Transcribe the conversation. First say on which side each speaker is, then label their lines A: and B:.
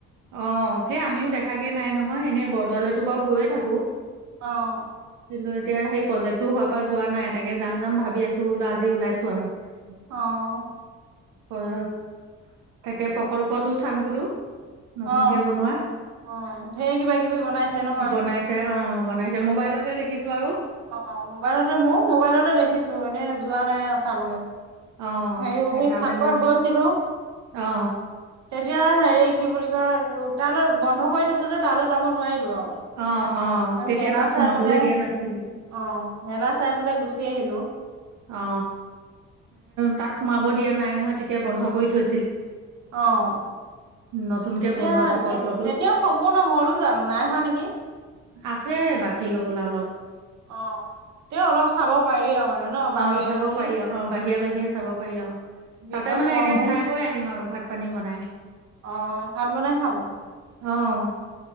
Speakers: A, on the right (about 80°); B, on the right (about 65°).
A: অ' সেই আমিও দেখাগে নাই নহয়, এনেই বৰদোৱালেতো বাও গৈয়ে থাকো।
B: অ'।
A: কিন্তু এতিয়া সেই প্ৰজেক্টটো হোৱাৰপা যোৱা নাই, তাকে যাম যাম ভাবি আছো বোলো আজি ওলাইছো আৰু।
B: অ'।
A: তাকে প্ৰকল্পটো চাম বোলো। নতুনকে
B: অ
A: বনোৱা।
B: অ ঢেৰ কিবা কিবি বনাইছে নহয়
A: অ' বনাইছে, অ বনাইছে মোবাইলতহে দেখিছো আৰু
B: অঁ, মোবাইলতে মও মোবাইলতে দেখিছোঁ এনেই যোৱা নাই আৰু চাবলে
A: অ
B: সেই
A: তালৈ
B: ফাকুৱাত
A: যাম
B: গৈছিলো।
A: অ
B: তেতিয়া হেৰি কি বুলি কয়, হোতালৰ বন্ধ কৰি থৈছে যে তালৈ যাব নোৱাৰিলো আও
A: অ অ তেতিয়া
B: মেলা
A: তাত
B: চাই
A: সোমাবলৈ
B: পেনে
A: দিয়া নাছিলে
B: অ মেলা চাই পেলাই গুচি আহিলো।
A: অ তাত সোমাব দিয়া নাই নহয় তেতিয়া বন্ধ কৰি থৈ
B: অ'।
A: নতুনকে
B: এতিয়া,
A: বনোৱা প্ৰকল্পটোত
B: এতিয়াও সম্পূৰ্ণ হ'ল জানো নাই হোৱা নেকি।
A: আছে বাকী হ'বলা অলপ।
B: অ' তেও অলপ চাব পাৰি আৰু মানে। ন বাহিৰে
A: অ', চাব
B: বাহিৰে
A: পাৰি আৰু অ' বাহিৰে বাহিৰে চাব পাৰি আৰু
B: ভিতৰত
A: তাতে মানে
B: সোমাবলৈ
A: একে খাই বৈ আহিম আৰু ভাত- পানী বনাই।
B: অ অ ভাত বনাই খাম।
A: অ'